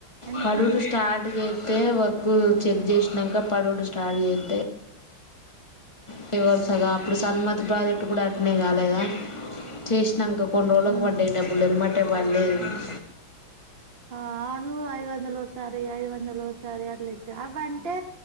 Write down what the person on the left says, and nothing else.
హడుడు స్టార్ట్ అయితే వ కు చెక్ చేసినాక పడడు స్డి అతే ఫవర్సగా అప్పుడు సన్మతి ప్రాజెక్ట్ కూడా అటనే కాలేదా చేసినాక కొన్ని రోజులకు
పడ్యిడబ్ులుమ్మంటే వాళ్ళు అ